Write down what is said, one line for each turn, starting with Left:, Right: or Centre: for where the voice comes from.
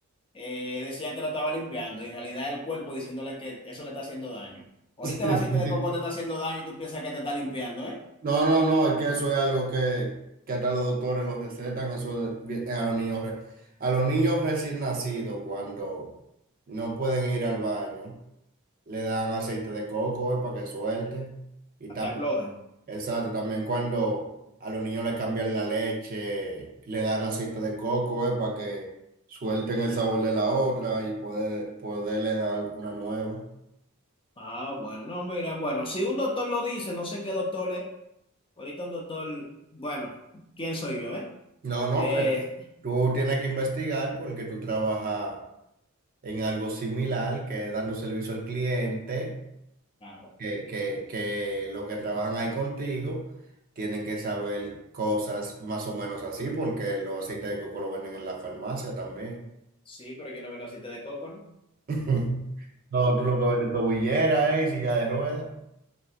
Left: eh, decían que lo estaba limpiando y en realidad el cuerpo diciéndole que eso le está haciendo daño. Ahorita
Right: <laughs>
Left: el aceite de coco te está haciendo daño y tú piensas que te está limpiando, ¿eh?
Right: No, no, no, es que eso es algo que, que hasta los doctores lo recetan eso es bien- a los niños, re- a los niños recién nacidos cuando no pueden ir al baño, le dan aceite de coco eh, para que suelte. Y también,
Left: A que afloje.
Right: exacto, también cuando a los niños le cambian la leche, le dan aceite de coco eh, para que suelten el sabor de la otra y poder, poderle dar una nueva.
Left: Ah, bueno, no, mira, bueno, si un doctor lo dice, no sé qué doctor es, ahorita un doctor, bueno, ¿quién soy yo, eh?
Right: No, no,
Left: Eh,
Right: que tú tienes que investigar porque tú trabajas. en algo similar, que es dando servicio al cliente,
Left: claro,
Right: que, que, que los que trabajan ahí contigo tienen que saber cosas más o menos así, porque los aceites de coco lo venden en la farmacia también.
Left: sí, pero yo no veo el aceite de coco, ¿no?
Right: <laughs> No, tú lo que vendes es tobillera, eh, y silla de ruedas.